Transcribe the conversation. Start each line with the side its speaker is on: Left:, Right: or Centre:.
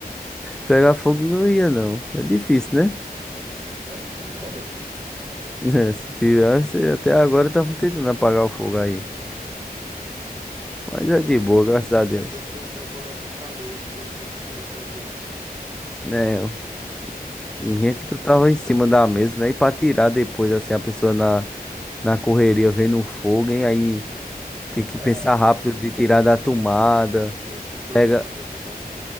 Centre: Pegar fogo não ia, não. É difícil, né?
Right: É difícil, mas se tivesse.
Centre: <laughs> É, Se tivesse, até agora estavam tentando apagar o fogo aí.
Right: <laughs>
Centre: Mas é
Right: Oxe,
Centre: de boa,
Right: meu filho,
Centre: graças a Deus.
Right: e com extensão conectada, o outro PC em cima também.
Centre: Né, eu eu que tu tava em cima da mesa, né? E pra tirar depois, assim, a pessoa na, na correria vendo o fogo, hein? Aí tem
Right: <laughs>
Centre: que pensar rápido
Right: Ai,
Centre: de tirar da tomada.
Right: tem que ter um extintor,
Centre: Pega,
Right: né, mano, dentro de casa?